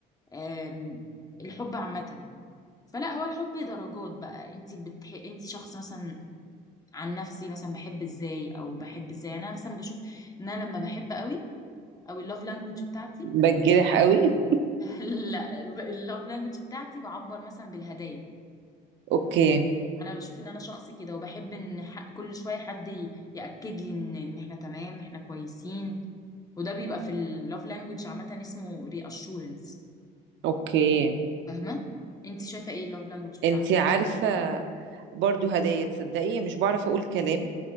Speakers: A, on the left; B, on the right.
A: آم، الحب عامة فلا هو الحب درجات بقى انت بتح... انت شخص مثلا عن نفسي مثلا بحب ازاي او بحب ازاي يعني انا مثلا بشوف ان انا لما بحب قوي او اللوف لانجوج بتاعتي
B: بتجرح قوي
A: لا اللوف لانجوج بتاعتي بعبر مثلا بالهدايا
B: اوكي
A: انا بشوف ان انا شخص كده وبحب ان ح- كل شويه حد ي- ياكد لي ان ان احنا تمام احنا كويسين وده بيبقى في اللوف لانجوج عامه اسمه ري اشورنس
B: اوكي
A: فاهمه انت شايفه ايه اللوف لانجوج
B: انت
A: بتاعتك
B: عارفة برضو هدايا تصدقي مش بعرف اقول كلام